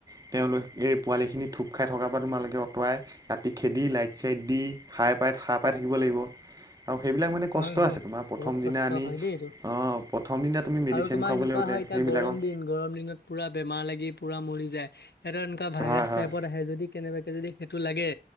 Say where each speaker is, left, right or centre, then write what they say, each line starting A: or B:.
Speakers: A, on the right; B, on the left.
A: তেওঁলোক এই পোৱালিখিনি থোপ খাই থকাৰ পৰা তোমালোকে আঁতৰাই ৰাতি খেদি লাইট চাইট দি সাৰ পাই সাৰ পাই থাকিব লাগিব। আৰু সেইবিলাক মানে
B: হয়
A: কষ্ট
B: হয়
A: আছে তোমাৰ প্ৰথম
B: বহুত কষ্ট
A: দিনা আনি
B: হয় দেই এইটো
A: অ' প্ৰথম তুমি মেডিচিন
B: আৰু তোমাৰ এনেকুৱা
A: লাগতে
B: হয় এতিয়া
A: সেইবিলাকক
B: গৰম দিন। গৰম দিনত পুৰা বেমাৰ লাগি পুৰা মৰি যায় সিহঁতৰ এনেকুৱা ভাইৰাছ
A: হয় হয়
B: টাইপত আহে যদি কেনেবাকে যদি সেইটো লাগে